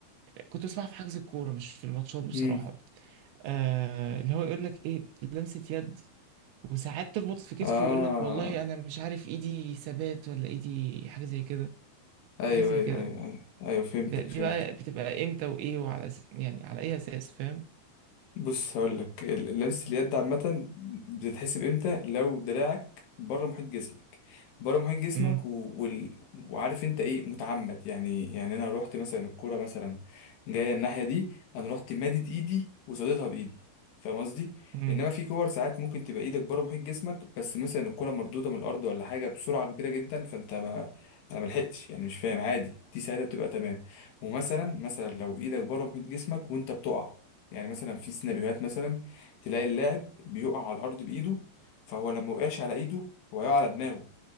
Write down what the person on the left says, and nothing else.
مم.
اه
ايوه
ايوه
ايوه ايوه ايوه فهمتك
فهمت
بص هقول لك لبس اليد عامة بتتحسب امتى لو دراعك بره محيط جسمك بره محيط جسمك
و... وال... وعارف انت ايه متعمد يعني يعني انا رحت مثلا الكرة مثلا جاية الناحية دي انا رحت مادد ايدي وصديتها بايدي فاهم قصدي
انما في كور ساعات ممكن تبقى ايدك بره محيط جسمك بس مثلا الكرة مردودة من الارض ولا حاجة بسرعة كبيرة جدا فانت ما انا ملحقتش يعني مش فاهم عادي دي ساعتها بتبقى تمام ومثلا مثلا لو ايدك بره محيط جسمك وانت بتقع يعني مثلا في سيناريوهات مثلا تلاقي اللاعب بيقع على الارض بايده فهو لما وقعش على ايده هو يقع على دماغه